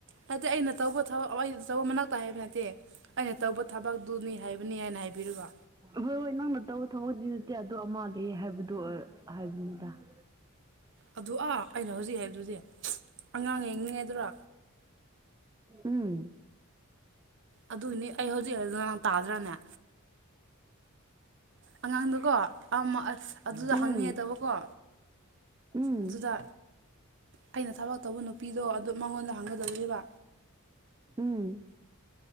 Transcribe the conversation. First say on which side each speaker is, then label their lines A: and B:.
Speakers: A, on the right; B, on the right.
A: ꯍꯥꯏꯗꯤ ꯑꯩꯅ ꯇꯧꯕ ꯊꯕꯛ ꯑ ꯇꯧꯕ ꯃꯅꯥꯛꯇ ꯍꯥꯏꯕ ꯅꯠꯇꯦ ꯑꯩꯅ ꯇꯧꯕ ꯊꯕꯛꯇꯨꯅꯤ ꯍꯥꯏꯕꯅꯤ ꯍꯥꯏꯅ ꯍꯥꯏꯕꯤꯕ
B: ꯍꯣꯏ ꯍꯣꯏ ꯅꯪꯅ ꯇꯧꯕ ꯊꯕꯛꯇꯤ ꯅꯠꯇꯦ ꯑꯗꯣ ꯑꯃꯗꯩ ꯍꯥꯏꯕꯗꯣ ꯍꯥꯏꯕꯅꯤꯗ <inaudible>
A: ꯑꯗꯨ ꯑꯥ ꯑꯩꯅ ꯍꯧꯖꯤꯛ ꯍꯥꯏꯕꯗꯨꯗꯤ ꯑꯉꯥꯡ ꯌꯦꯡꯅꯤꯡꯉꯦꯗꯨꯔ
B: ꯎꯝ
A: ꯑꯗꯨꯅꯤ ꯑꯩ ꯍꯧꯖꯤꯛ ꯍꯧ ꯉꯔꯥꯡ ꯇꯥꯗ꯭ꯔꯥꯅꯦ ꯑꯉꯥꯡꯗꯨꯀꯣ ꯑꯁ ꯑꯗꯨꯗ
B: ꯎꯝ
A: ꯍꯪꯅꯤꯉꯦ ꯇꯧꯕꯀꯣ
B: ꯎꯝ
A: ꯑꯗꯨꯗ ꯑꯩꯅ ꯊꯕꯛ ꯇꯧꯕ ꯅꯨꯄꯤꯗꯣ ꯑꯗꯨ ꯃꯉꯣꯟꯗ ꯍꯥꯡꯒꯗꯕꯅꯦꯕ
B: ꯎꯝ